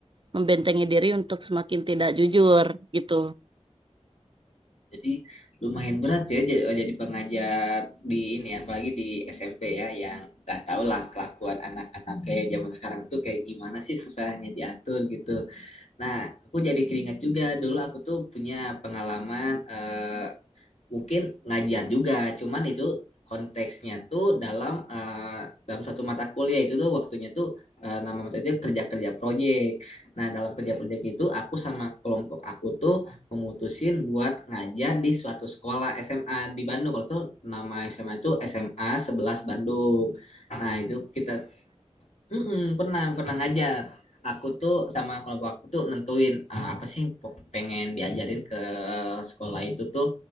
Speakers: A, on the right (about 45°); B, on the left (about 75°).
A: membentengi diri untuk semakin tidak jujur, gitu.
B: Jadi lumayan berat ya jadi, jadi pengajar di ini apalagi di SMP ya yang nggak tau lah kelakuan anak-anak kayak zaman sekarang tuh kayak gimana sih susahnya diatur gitu. Nah, aku jadi keringat juga dulu aku tuh punya pengalaman eh, mungkin ngajar juga, cuman itu konteksnya tuh dalam eh, dalam suatu mata kuliah itu tuh waktunya tuh eh, nama materinya kerja-kerja proyek. Nah, dalam kerja-proyek itu aku sama kelompok aku tuh memutusin buat ngajar di suatu sekolah SMA di Bandung. Kalau tuh nama SMA itu SMA sebelas Bandung. Nah, itu kita Mm-mm, pernah pernah ngajar. Aku tuh sama kelompok aku tuh nentuin ah, apa sih yang po- pengen diajarin ke sekolah itu tuh.